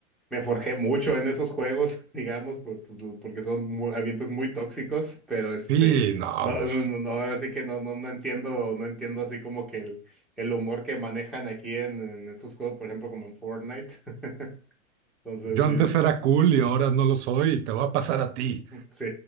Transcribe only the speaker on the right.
Sí, no,
pues,
yo antes era cool y ahora no lo soy y te va a pasar a ti.